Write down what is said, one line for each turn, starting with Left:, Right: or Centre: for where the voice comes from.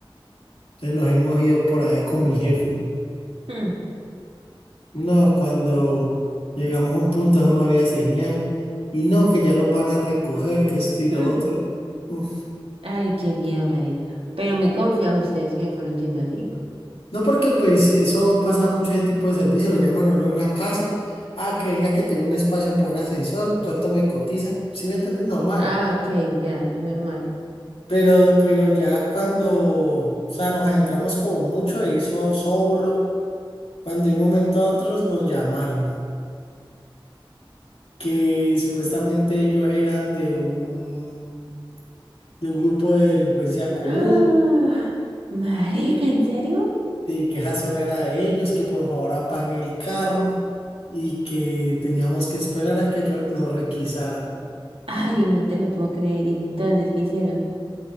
Left: Entonces nos hemos ido por allá con mi jefe.
Right: mm,
Left: No, cuando llegamos a un punto eso no había señal y no, que ya los van a recoger, que esto y
Right: mm.
Left: lo otro. Mm.
Right: Ay, qué miedo, marica. Pero muy confiados ustedes que se fueron yendo así.
Left: No porque pues eso pasa mucho ese tipo de servicio, lo llaman a uno a una casa, ah, que venga que tengo un espacio para un ascensor, cuánto me cotizan, si me entiendes, normal.
Right: Ah, ok, ya, es normal.
Left: Pero, pero ya cuando, o sea, nos adentramos como mucho de eso solo, cuando de un momento a otro nos llamaron, que supuestamente ellos eran de un de un grupo de delincuencia común,
Right: ¡Ah! Marica,
Left: y
Right: ¿en serio?
Left: y que esa zona era de ellos, que por favor apague el carro y que teníamos que esperar a que re- nos requisaran.
Right: Ay, no te lo puedo creer. ¿Y entonces qué hicieron?